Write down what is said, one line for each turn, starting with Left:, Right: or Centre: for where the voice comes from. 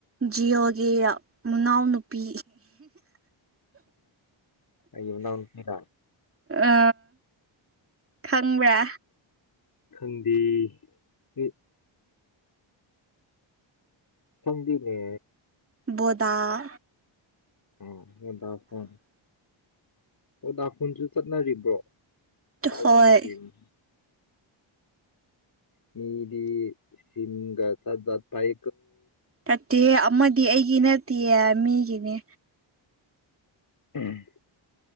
Right: ꯖꯤꯑꯣꯒꯤ ꯃꯅꯥꯎ ꯅꯨꯄꯤ
Left: ꯑꯟꯅꯇꯗ
Right: ꯑ ꯈꯪꯕ꯭ꯔꯥ
Left: ꯈꯪꯗꯦ ꯃꯤ ꯊꯝꯗꯤꯅꯦ
Right: ꯕꯣꯗꯥꯥ
Left: ꯑꯣ ꯍꯗ ꯐ ꯑꯣ ꯈꯨꯟꯁꯨ ꯆꯠꯅꯔꯤꯕ꯭ꯔꯣ ꯀꯥꯏꯗꯕ
Right: ꯍꯣꯏ
Left: ꯀꯨꯏꯅ ꯃꯤꯗꯤ ꯁꯤꯒꯥ ꯆ ꯠ ꯄꯥꯏ
Right: ꯆꯠꯇꯦ ꯑꯃꯗꯤ ꯑꯩꯒꯤ ꯅꯠꯇ ꯃꯤꯒꯤꯅꯦ
Left: ꯎꯝ